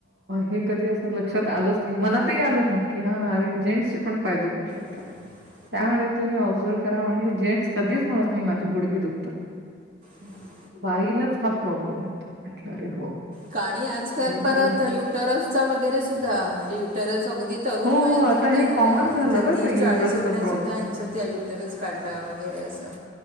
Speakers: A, on the right; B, on the right.
A: हे कधीं असं लक्षांत आलंच नाहीं मनांतही आलं नाहीं की हां अरे जेंटसंचे पणं पांय दुखते
B: ह <unintelligible>
A: त्यांमुळें तुम्हीं ऑब्झर्व करां म्हंण जेंटस कधीचं म्हणतं नाहीं की माझे गुडगे दुखतांत
B: हम् <unintelligible>
A: बाईलाचं हां प्रॉब्लेम होतं आहे म्हंटलां रे हो
B: कांणी आंजकांल
A: हे
B: परंत
A: तर
B: युटरस चां वगैरें सुद्धां म्हणजे युटरस अगदीचं तरुंण
A: हो,
B: वयांत
A: हो, आता
B: सुद्धां
A: हे
B: मुलांच्या
A: कॉमन झालं बरं
B: तीस
A: का
B: चाळीसांतल्यां
A: युटरसचा प्रॉब्लेम.
B: सुद्धां यांचं त्यां य तरं रचं काढलं वगैरें असं